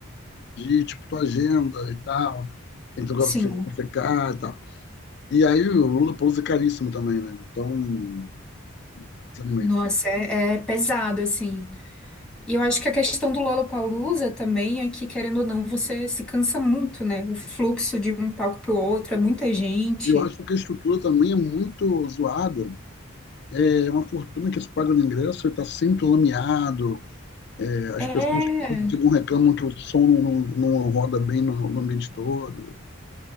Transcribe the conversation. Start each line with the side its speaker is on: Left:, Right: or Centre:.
Left: de, tipo, tua agenda e tal, tem que ter lugar
Centre: Sim,
Left: para ficar e tal. E aí o Lollapalooza é caríssimo também, né? Então, desanimei.
Centre: nossa, é, é pesado, assim. E eu acho que a questão do Lollapalooza também é que, querendo ou não, você se cansa muito, né? O fluxo de um palco pro outro, é muita gente.
Left: Eu acho que a estrutura também é muito zoada. É uma fortuna que se paga no ingresso, está sempre lameado. É, as
Centre: É,
Left: pessoas ficam reclamam que o som não, não, não roda bem no, no ambiente todo.